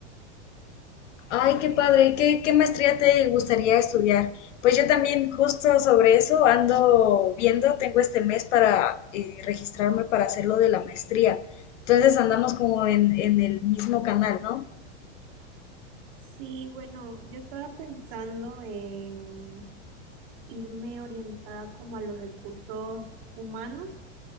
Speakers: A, on the left; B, on the right.
A: Ay, qué padre, ¿qué, qué maestría te gustaría estudiar? Pues yo también justo sobre eso ando viendo, tengo este mes para eh, registrarme para hacer lo de la maestría. Entonces andamos como en, en el mismo canal, ¿no?
B: Sí, bueno, yo estaba pensando en irme orientada como a los recursos humanos